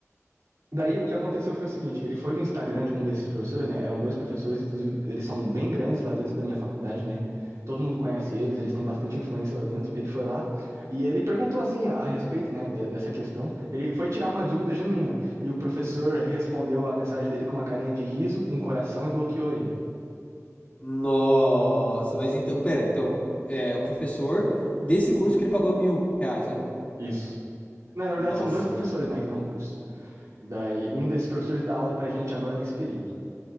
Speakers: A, on the right; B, on the left.
A: Daí o que aconteceu foi o seguinte: ele foi no Instagram de um desses professores, né? Eram dois professores, inclusive eles são bem grandes lá dentro da minha faculdade, né? Todo mundo conhece eles, eles têm bastante influência lá dentro. Ele foi lá e ele perguntou assim a, a respeito, né, de- dessa questão. Ele foi tirar uma dúvida genuína e o professor respondeu a mensagem dele com uma carinha de riso, um coração e bloqueou ele.
B: Nossa, mas então, pera, então, é o professor desse curso que ele pagou mil reais, né?
A: Isso. Não, na verdade
B: Nossa,
A: são dois professores,
B: mano.
A: né, que dão um curso. daí um desses professores dá aula pra gente agora nesse período.